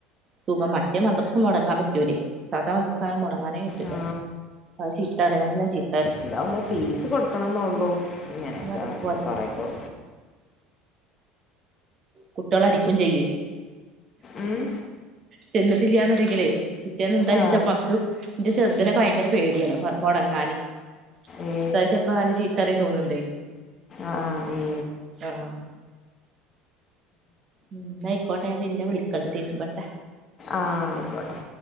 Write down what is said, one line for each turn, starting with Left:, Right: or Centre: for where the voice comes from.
Right: സുഖം മറ്റേ മദ്രസ് മൊടങ്ങാ പറ്റൂലെ സാധാ മദ്രസായ മൊടങ്ങാനേ പറ്റൂല.
Left: ആ
Right: ഉസ്താദ് ചീത്തറിം നല്ലൊം ചീത്ത
Left: ഇതാവുമ്പോ ഫീസ് കൊടുക്കണെന്നൊള്ളൂ ഇങ്ങനൊക്കെ
Right: ഈ മദ്രസ
Left: കൊറേക്കെ
Right: കുട്ട്യെളടിക്കും ചെയ്യെ
Left: ഉം?
Right: ചെന്നിട്ടില്യാന്നിണ്ടെങ്കിലെ പിറ്റ്യേന്ന് എന്താ
Left: ആ
Right: ചോയ്ച്ച പക് ഇന്റെ ചെർതിനൊക്കെ ഭയങ്കര പേടിയാണ് മൊടങ്ങാന്.
Left: ഏ
Right: ഉസ്താദ് ചെലപ്പോ നല്ല ചീത്തറിയും തോന്ന്ണ്ടേ
Left: ആ ഏ
Right: ആഹാ. ഉം ഇന്നയിക്കോട്ടെ ഞാ പിന്നെ വിളിക്കെണ്ട് തിര്മ്പട്ടെ.
Left: ആഹ് അയ്ക്കോട്ടെ